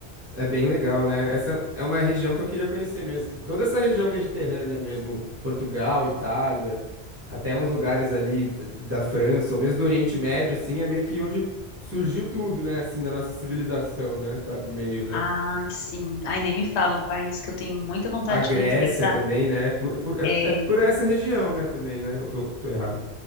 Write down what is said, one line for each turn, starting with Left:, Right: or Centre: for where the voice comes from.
Right: É bem legal, né? Essa é uma região que eu queria conhecer mesmo, que toda essa região mediterrânea mesmo, Portugal, Itália, até uns lugares ali da da França, ou mesmo do Oriente Médio, assim, é meio que onde surgiu tudo, né? Assim, da nossa civilização, né? Pa- Meio, né?
Left: Ai, sim. Ai, nem me fala, um país que eu tenho muita vontade
Right: A Grécia
Left: de conhecer que tá.
Right: também, né? Por- É por, é,
Left: É...
Right: é por essa região, né? Também, né? Eu tô, tô errado.